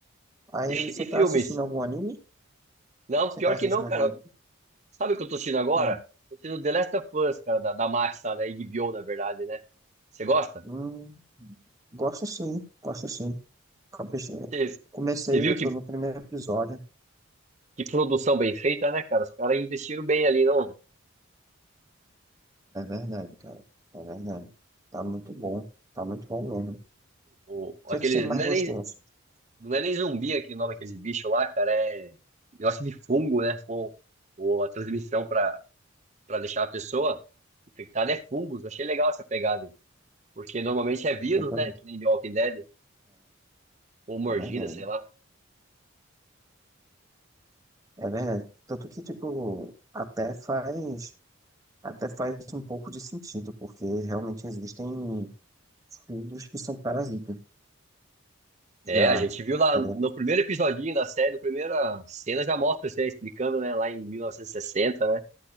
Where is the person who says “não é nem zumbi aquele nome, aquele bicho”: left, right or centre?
Right